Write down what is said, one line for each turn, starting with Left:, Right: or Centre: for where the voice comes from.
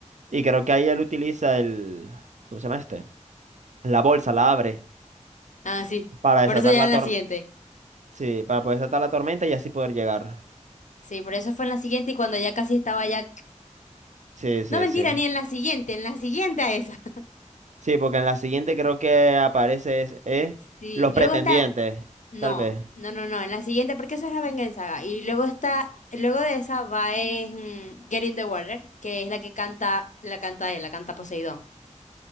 Right: Y creo que ahí él utiliza el... ¿Cómo se llama este? La bolsa, la abre
Left: ah, sí.
Right: para desatar
Left: Por eso ya
Right: la
Left: en
Right: tormenta.
Left: la siguiente.
Right: Sí, para poder desatar la tormenta y así poder llegar.
Left: Sí, por eso fue en la siguiente y cuando ya casi estaba ya...
Right: Sí, sí,
Left: No mentira,
Right: sí.
Left: ni en la siguiente, en la siguiente a esa. <laughs>
Right: Sí, porque en la siguiente creo que aparece es, es
Left: Sí,
Right: los pretendientes,
Left: luego está No,
Right: tal vez.
Left: no, no, no. En la siguiente, porque eso es la venganza. Y luego está, luego de esa va es mm, Get in the Water, que es la que canta, la canta él, la canta Poseidón.